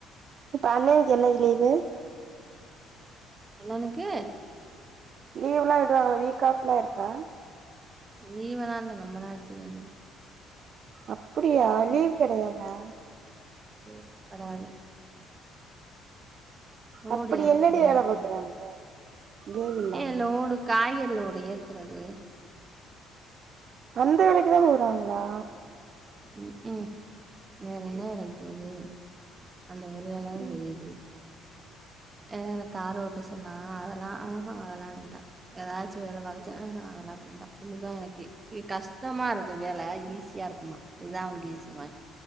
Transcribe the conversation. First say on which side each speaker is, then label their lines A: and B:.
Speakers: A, on the right; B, on the right.
A: இப்ப அண்ணனுக்கு என்னைக்கு லீவு
B: அண்ணனுக்கு
A: லீவ்லா விடுவாங்களா வீக் ஆஃப்லா இருக்கா
B: லீவ்வலா இல்ல நம்மலா எடுத்துக்க வேண்டியதா
A: அப்படியா லீவ் கெடையாதா
B: லீவ் கெடையாது லோடு
A: அப்படி
B: இறக்க
A: என்னடி வேல
B: ஏத்துறது
A: பாக்குறாங்க லீவ் இல்லாம
B: ஏ லோடு காய்கறி லோடு ஏத்துறது
A: அந்த வேலைக்குதா போறாங்களா
B: ம்ஹும் வேற என்ன வேலைக்கு போது அந்த ஒரு வேலதா
A: ம்
B: தெரியுது வேற காரு ஓட்ட சொன்னா அதெல்லா ஆஹா அதெல்லா வேண்டா எதாச்சு வேல பாக்க சொ ஆஹா அதெல்லா வேண்டா இதுதா எனக்கு இது கஷ்டமா இருக்கு வேல ஈஸியா இருக்குமா இதா அவனுக்கு ஈசிமா